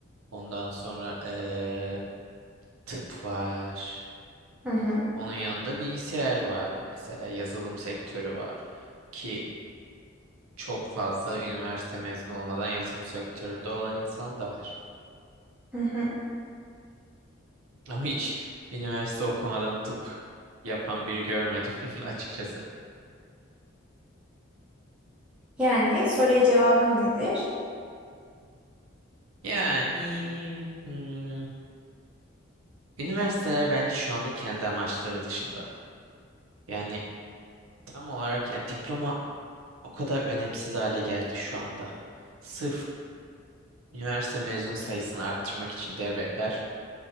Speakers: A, on the right; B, in the centre.
A: Ondan sonra eee, tıp var.
B: Hı hı.
A: Onun yanında bilgisayar var mesela. Yazılım sektörü var. Ki çok fazla üniversite mezunu olmadan yazılım sektöründe olan insan da var.
B: Hı hı.
A: Ama hiç üniversite okumadan tıp yapan biri görmedim <laughs> açıkçası.
B: Yani soruya cevabın nedir?
A: Yani hmm, üniversiteler bence şu anda kendi amaçları dışında. Yani tam olarak yani diploma o kadar önemsiz hale geldi şu anda. Sırf üniversite mezun sayısını arttırmak için devletler